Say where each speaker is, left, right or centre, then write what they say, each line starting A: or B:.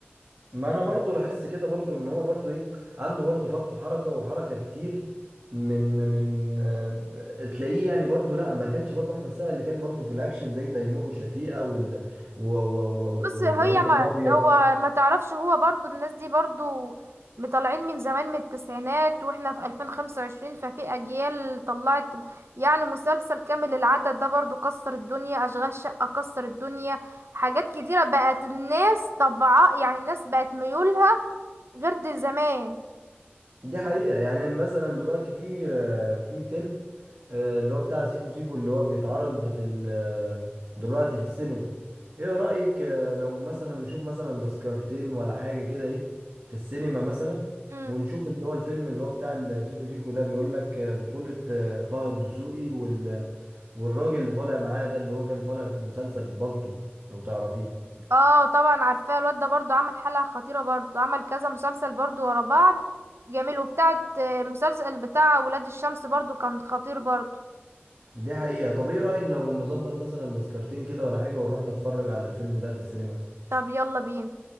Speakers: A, on the right (about 55°); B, on the right (about 80°).
A: ما انا برضو لاحظت كده برضو ان هو برضو ايه عنده برضو فرط حركة وحركة كتير من من آه، ب- تلاقيه يعني برضو لا ما كانش برضو احمد سقا اللي كان برضو في الاكشن زي تيمور وشفيقة وال و- و- و-
B: بص هي
A: وابراهيم
B: ما
A: الابيض
B: هو ما تعرفش هو برضو الناس دي برضو مطلعين من زمان من التسعينات واحنا في 2025 ففي اجيال طلعت يعني مسلسل كامل العدد ده برضو كسر الدنيا اشغال شقة كسر الدنيا حاجات كتيرة بقت الناس طبعا يعني الناس بقت ميولها غير دي زمان
A: دي حقيقة يعني مثلا دلوقتي في آه، في فيلم آه، اللي هو بتاع سيكو سيكو اللي هو بيتعرض في ال- آه، دلوقتي في السينما ايه رأيك آه، لو مثلا نشوف مثلا تذكرتين ولا حاجة كده ايه في السينما مثلا
B: امم
A: ونشوف اللي هو الفيلم اللي هو بتاع السيكو سيكو ده بيقول لك آه، بطولة آه، طه الدسوقي وال... والراجل اللي طالع معاه ده اللي هو كان طالع في مسلسل في بالطو لو تعرفيه
B: اه طبعا عارفاه الواد ده برضو عمل حلقة خطيرة برضو عمل كذا مسلسل برضو ورا بعض جميل وبتاعت آه، مسلسل بتاع ولاد الشمس برضو كان خطير برضو
A: دي حقيقة طب ايه رأيك لو نظبط مثلا تذكرتين كده ولا حاجة ونروح نتفرج على الفيلم ده في السينما
B: طب يلا بينا